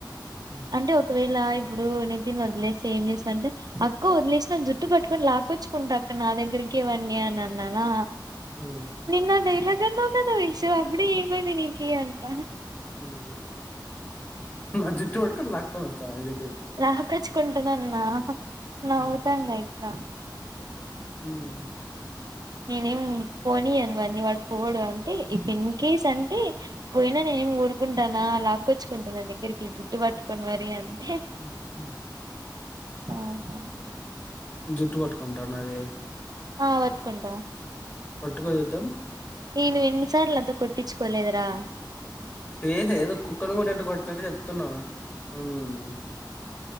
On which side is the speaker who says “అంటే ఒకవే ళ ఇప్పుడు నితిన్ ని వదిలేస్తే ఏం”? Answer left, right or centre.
Right